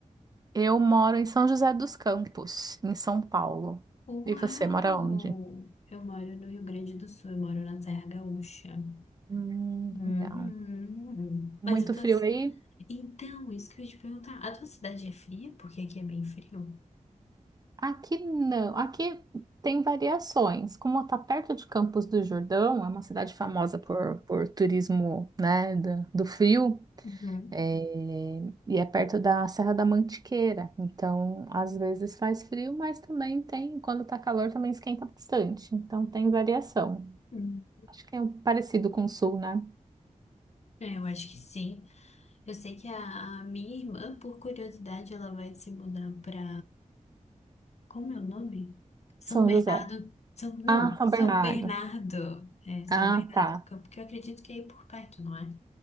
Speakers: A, on the right; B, on the left.
A: Eu moro em São José dos Campos, em São Paulo.
B: Uau!
A: E você mora onde?
B: Eu moro no Rio Grande do Sul, eu moro na Serra Gaúcha.
A: Hum,
B: Uhum.
A: legal. Muito
B: Mas eu tô...
A: frio aí?
B: Então, isso que eu ia te perguntar. A tua cidade é fria? Porque aqui é bem frio.
A: Aqui não. Aqui tem variações. Como está perto de Campos do Jordão, é uma cidade famosa por, por turismo, né, do, do frio.
B: Uhum.
A: É, e é perto da Serra da Mantiqueira, então às vezes faz frio, mas também tem, quando tá calor, também esquenta bastante, então tem variação.
B: Uhum.
A: Acho que é um parecido com o Sul, né?
B: É, eu acho que sim. Eu sei que a, a minha irmã, por curiosidade, ela vai se mudar para Como é o nome? São
A: São
B: Bernardo.
A: José.
B: São, não,
A: Ah, São
B: São
A: Bernardo.
B: Bernardo. É, São
A: Ah,
B: Bernardo
A: tá.
B: do Campo, que eu acredito que é aí por perto, não é?